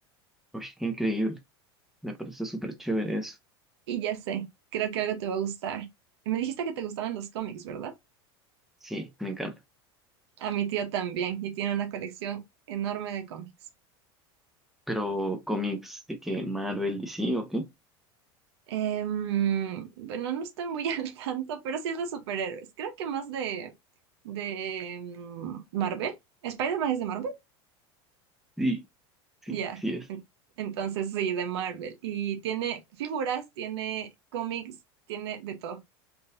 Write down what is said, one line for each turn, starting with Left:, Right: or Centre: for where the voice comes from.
Centre: uy, qué increíble. Me parece súper chévere eso.
Right: Y ya sé, creo que algo te va a gustar. Y Me dijiste que te gustaban los cómics, ¿verdad?
Centre: Sí, me encanta.
Right: A mi tío también, y tiene una colección enorme de cómics.
Centre: Pero cómics de que Marvel, DC, ¿o qué?
Right: Em, bueno, no estoy muy <laughs> al tanto, pero sí es de superhéroes. Creo que más de, de em, Marvel. Spider-Man es de Marvel.
Centre: Sí, sí,
Right: Ya,
Centre: sí es.
Right: en- entonces sí, de Marvel. Y tiene figuras, tiene cómics, tiene de todo.